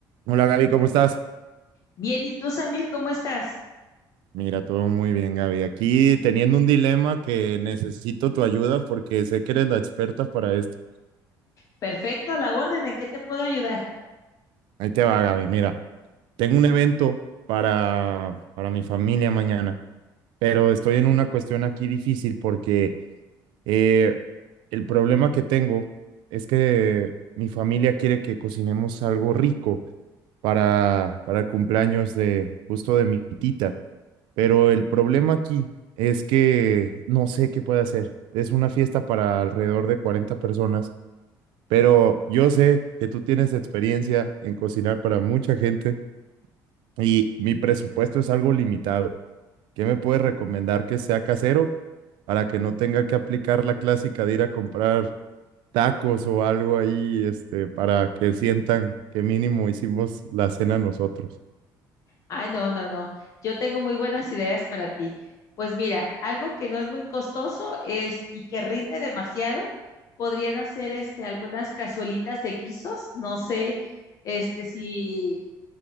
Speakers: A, on the right; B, on the left.
A: Hola Gaby, ¿cómo estás?
B: Bien, ¿y tú, Samir, cómo estás?
A: Mira, todo muy bien, Gaby. Aquí teniendo un dilema que necesito tu ayuda porque sé que eres la experta para esto.
B: Perfecto, a la orden, ¿en qué te puedo ayudar?
A: Ahí te va, Gaby. Mira, tengo un evento para, para mi familia mañana, pero estoy en una cuestión aquí difícil porque eh, el problema que tengo es que mi familia quiere que cocinemos algo rico para, para el cumpleaños de justo de mi tita. Pero el problema aquí es que no sé qué puede hacer. Es una fiesta para alrededor de 40 personas, pero yo sé que tú tienes experiencia en cocinar para mucha gente y mi presupuesto es algo limitado. ¿Qué me puedes recomendar que sea casero para que no tenga que aplicar la clásica de ir a comprar tacos o algo ahí, este, para que sientan que mínimo hicimos la cena nosotros?
B: Ay, no, no, no, yo tengo muy buenas ideas para ti. Pues mira, algo que no es muy costoso es y que rinde demasiado, podrían hacer este algunas cazuelitas de guisos, no sé, este si